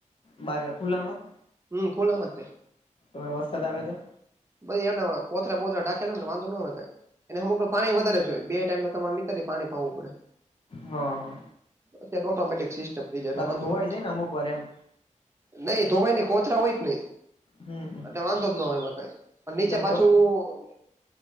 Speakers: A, on the left (about 40°); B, on the right (about 20°).
A: બાર એટલે ખુલ્લા માં.
B: હમમ ખુલ્લા માં તે
A: એમાં વસાદ આવે તો.
B: ભાઈ એના કોથરા બોથરા ઢાકેલા ને વાંધો ન આવે કાય એને અમુક તો પાણી વધારે જો બે ટાઈમ તો એટલે પાણી પાવવું પડે.
A: હા હા
B: અતયાર તો ઓટોમેટિક સિસ્ટમ થઈ ગઈ એટલે
A: બાકી
B: વાંધો
A: ધોવાઈ
B: ન આવે.
A: જાય ને અમુક વાર એમ
B: નઈ ધોવે ને કોથરા હોય કે નય.
A: હમ હમ
B: એટલે વાંધો જ ન હોય એમાં કઈ પણ નીચે
A: તમે
B: પાછું.